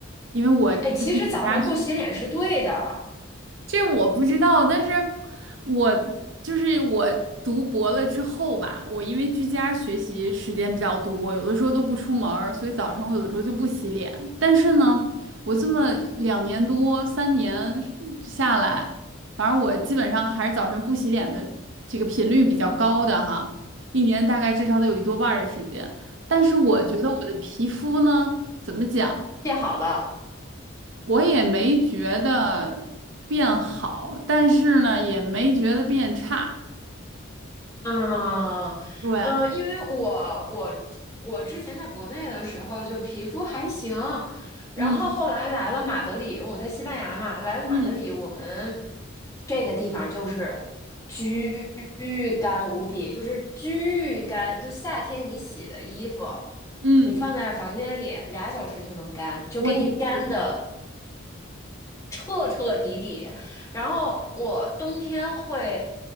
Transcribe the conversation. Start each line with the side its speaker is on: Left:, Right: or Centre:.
Right: 因为我。
Left: 哎，其实早上不洗脸是对的，
Right: 家。这我不知道，但是我就是我读博了之后吧，我因为居家学习时间比较多，有的时候都不出门儿所以早晨我有的时候就不洗脸。但是呢，我这么两年多三年下来，反正我基本上还是早晨不洗脸的这个频率比较高的哈，一年大概至少得有一多半儿的时间。但是我觉得我的皮肤呢，怎么讲？
Left: 记好了。
Right: 我也没觉得变好，但是呢，也没觉得变差。
Left: 嗯，
Right: 对，
Left: 嗯，因为我我我之前在国内的时候就皮肤还行，然后后来来了马德里，
Right: 嗯
Left: 我在西班牙嘛，来了马德里，
Right: 嗯
Left: 我们这个地方就是巨干无比，就是巨干，就夏天你洗的衣服，
Right: 嗯，
Left: 你放在房间里俩小时就能干，就给你干的
Right: 我的天，
Left: 彻彻底底。然后我冬天会，